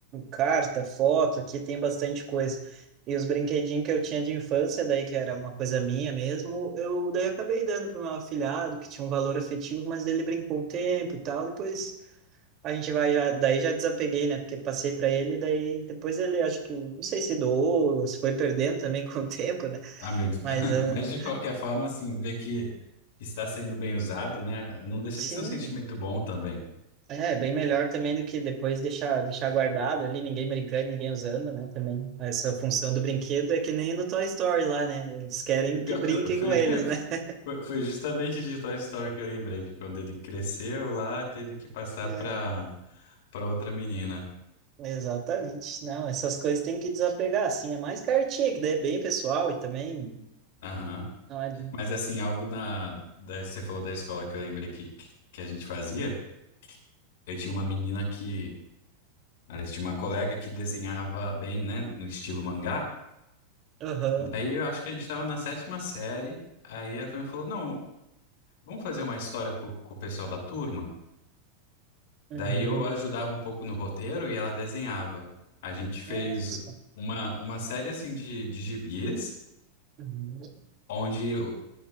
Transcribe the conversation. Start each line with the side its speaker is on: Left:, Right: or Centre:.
Right: Carta, foto, aqui tem bastante coisa. E os brinquedinhos que eu tinha de infância, daí que era uma coisa minha mesmo, eu daí acabei dando para o meu afilhado, que tinha um valor afetivo, mas ele brincou um tempo e tal. Depois a gente vai já, daí já desapeguei, né? Porque passei para ele, daí depois ele acho que, não sei se doou, se foi perdendo também <laughs> com o tempo, né?
Left: Ah, meu Deus.
Right: Mas
Left: <laughs>
Right: ah,
Left: Mas de qualquer forma, assim, ver que está sendo bem usado, né? Não deixa
Right: sim.
Left: de ser um sentimento bom também.
Right: É, bem melhor também do que depois deixar, deixar guardado ali, ninguém brincando, ninguém usando, né? Também essa função do brinquedo é que nem no Toy Story lá, né? Eles querem
Left: E pior
Right: que brinquem
Left: que eu- foi,
Right: com eles,
Left: <laughs>
Right: né? <laughs>
Left: foi foi justamente de Toy Story que eu lembrei, que quando ele cresceu lá, teve que passar
Right: É.
Left: para para outra menina.
Right: Exatamente. Não, essas coisas tem que desapegar, assim. É mais cartinha, que daí é bem pessoal e também.
Left: Aham.
Right: Olha.
Left: Mas assim, algo na. da- você falou da escola que eu lembrei que, que, que a gente fazia. Eu tinha uma menina que. Aliás, tinha uma colega que desenhava bem, né? No estilo mangá.
Right: Aham.
Left: Daí eu acho que a gente tava na sétima série. Aí a Fran falou: Não, vamos fazer uma história com, com o pessoal da turma.
Right: Uhum.
Left: Daí eu ajudava um pouco no roteiro e ela desenhava. A gente fez
Right: Nossa.
Left: uma, uma série assim de, de gibis,
Right: Uhum.
Left: onde o